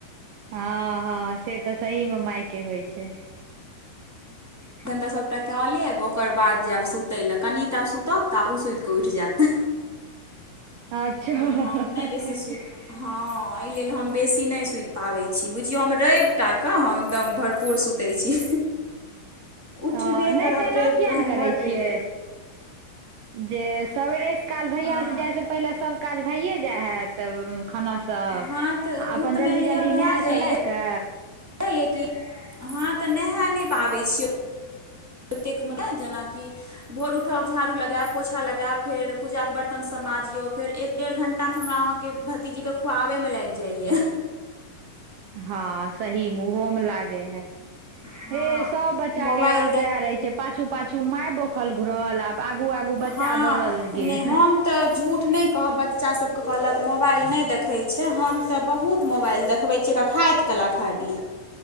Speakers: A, on the right (about 75°); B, in the centre.
A: हँ हँ से तऽ सही मे माय के होइ छै।
B: एखन तऽ सबटा का लेब ओकर बाद जायब सुतय लए कनिटा सुतब तऽ ओ सुत कऽ उठि जैत।
A: अच्छा।
B: हम नहि बेसी सुति हँ ऐ लेल हम बेसी नै सुति पाबै छी बुझियौ हम रवि। टा कऽ हम एकदम भरपूर सुतै छी। उठबे
A: ह नै
B: करब
A: तऽ एना
B: रवि
A: किया
B: कऽ हम
A: नै करै
B: बड़
A: छियै।
B: बेर
A: जे सवेरे सँ काल
B: हँ
A: भैया जे जाइ स। पहिले सब काज भइए जाइ हैत तऽ खाना। तऽ आ
B: हँ तऽ ओ
A: अपन
B: तऽ
A: जल्दी-जल्दी
B: मानि लिअ भए
A: नहा
B: जाइए
A: सुना क।
B: तऽ नैहा नै पाबै छिय। एतेक मुदा जेनाकि। भोर उठब झाड़ू लगाब पोछा लगाब फेर पूजाके बर्तन सब माजियौ फेर एक डेढ़ घंटा। तऽ हमरा आहाँके भतीजीके खुआबै मे लैग जाइय।
A: हँ सहीमे ओहोमे लागे हइ।
B: हँ
A: हे सब बच्चा
B: मोबाइल
A: के हाल
B: देख
A: से रहे छै। पाछू- पाछू माय बौखल घूरल आ आगू- आगू बच्चा
B: हँ
A: दौड़ल
B: नहि
A: गेल।
B: हम तऽ झूठ नै कहब बच्चा सबके कहलक मोबाइल नै देखै छै हम। तऽ बहुत मोबाइल देखबै छियै एक खाइत कला खाली।